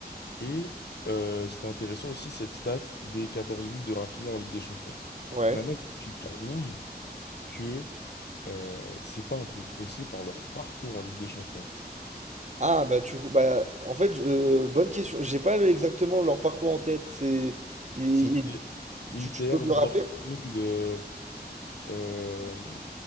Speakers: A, on the left; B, on the right.
A: Et euh, c'était intéressant aussi cette stat des 14 buts de Rafinha en Ligue des Champions.
B: ouais.
A: Maintenant, est-ce que tu trouves que euh, c'est pas un peu faussé par leur parcours en Ligue des Champions?
B: Ah bah tu bah en fait euh, bonne question. J'ai pas le- exactement leur parcours en tête. C'est il-
A: C'était
B: il-
A: Inter,
B: tu, tu peux me le
A: Dortmund,
B: rappeler?
A: euh, euh,